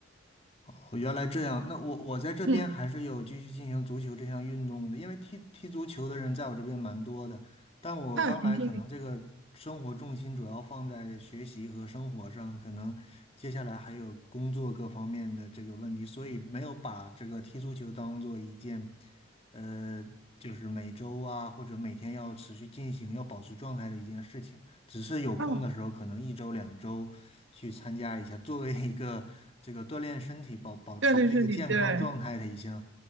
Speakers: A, on the left; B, on the right.
A: 哦，原来这样。那我我在这边还是有继续进行足球这项运动的，
B: 嗯，
A: 因为踢踢足球的人在我这边蛮多的。但我刚来，
B: 啊，挺幸运。
A: 可能这个生活重心主要放在学习和生活上，可能接下来还有工作各方面的这个问题，所以没有把这个踢足球当做一件，呃，就是每周啊或者每天要持续进行、要保持状态的一件事情。只是有空的时候，
B: 啊，
A: 可能一周两周去参加一下，作为一个这个锻炼身体、保保持这个健康状态的一项，
B: 对对对对对，